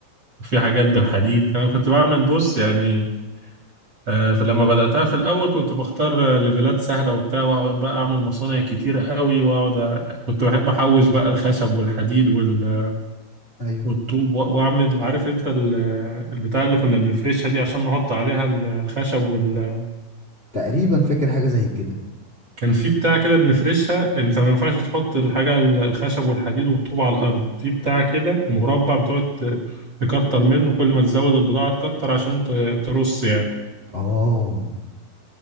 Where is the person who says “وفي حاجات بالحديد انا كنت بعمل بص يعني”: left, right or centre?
Right